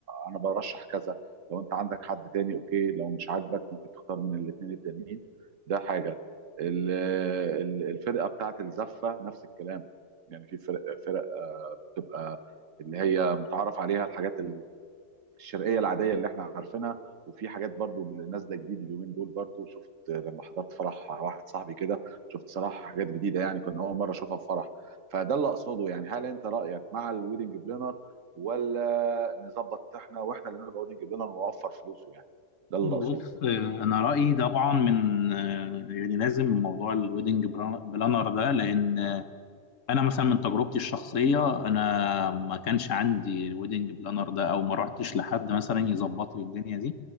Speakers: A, on the right; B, on the left.
A: أنا برشح كذا لو أنت عندك حد تاني أوكي لو مش عاجبك ممكن تختار من الاثنين التانيين ده حاجة ال- ال- الفرقة بتاعت الزفة نفس الكلام يعني في فرق فرق تبقى اللي هي متعارف عليها الحاجات اللي الشرقيه العاديه اللي احنا عارفينها وفي حاجات برضو اللي نازله جديد اليومين دول برضو شفت لما حضرت فرح واحد صاحبي كده شفت صراحه حاجات جديده يعني كنا اول مره اشوفها في فرح فده اللي اقصده يعني هل انت رايك مع الويدنج بلانر ولا نظبط احنا واحنا اللي نبقى ويدنج بلانر ونوفر فلوسه يعني ده اللي
B: بص
A: اقصده
B: آه، انا رأيي طبعا من آه، يعني لازم موضوع الويدنج بلانر ده لان انا مثلا من تجربتي الشخصيه انا ما كانش عندي الويدنج بلانر ده او ما رحتش لحد مثلا يظبط لي الدنيا دي